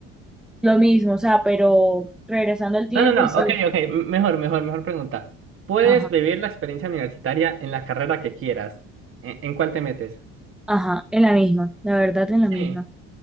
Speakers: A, in the centre; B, on the right.
A: Lo mismo, o sea, pero regresando al tiempo
B: No, no, no,
A: y si...
B: ok, ok, m- mejor, mejor, mejor pregunta. Puedes
A: Ajá.
B: vivir la experiencia universitaria en la carrera que quieras. ¿En, en cuál te metes?
A: Ajá, en la misma, la verdad en la misma.
B: Sí.